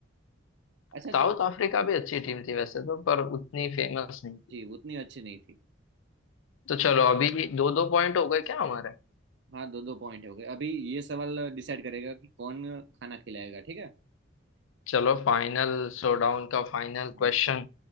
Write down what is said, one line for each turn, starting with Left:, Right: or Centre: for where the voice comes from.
Right: अच्छा
Left: साउथ
Right: चलो
Left: अफ्रीका भी अच्छी टीम थी वैसे तो पर उतनी फेमस नहीं थी
Right: जी उतनी अच्छी नहीं थी
Left: तो चलो अभी दो दो पॉइंट हो गए क्या हमारे
Right: हाँ दो दो पॉइंट हो गए अभी ये सवाल डिसाइड करेगा कि कौन खाना खिलाएगा ठीक है
Left: चलो फाइनल शोडाउन का फाइनल
Right: <laughs>
Left: क्वेश्चन